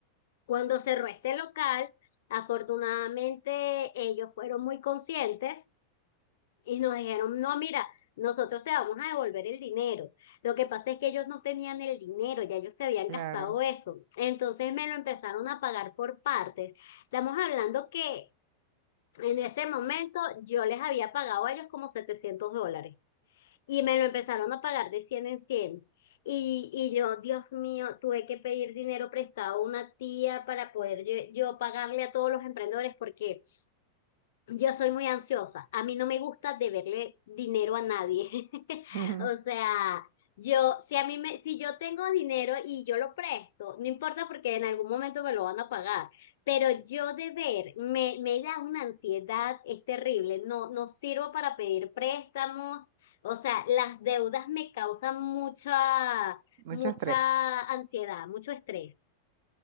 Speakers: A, on the left; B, on the right.
A: cuando cerró este local, afortunadamente ellos fueron muy conscientes y nos dijeron, no, mira, nosotros te vamos a devolver el dinero. Lo que pasa es que ellos no tenían el dinero, ya ellos se habían
B: claro,
A: gastado eso. Entonces me lo empezaron a pagar por partes. Estamos hablando que en ese momento yo les había pagado a ellos como 700 dólares y me lo empezaron a pagar de cien en cien Y, y yo, Dios mío, tuve que pedir dinero prestado a una tía para poder yo, yo pagarle a todos los emprendedores porque yo soy muy ansiosa. A mí no me gusta deberle dinero a nadie. <laughs>
B: ujú,
A: O sea, yo, si a mí me, si yo tengo dinero y yo lo presto, no importa porque en algún momento me lo van a pagar. Pero yo deber me, me da una ansiedad, es terrible. No, no sirvo para pedir préstamos. O sea, las deudas me causan mucha,
B: mucho
A: mucha
B: estrés.
A: ansiedad, mucho estrés.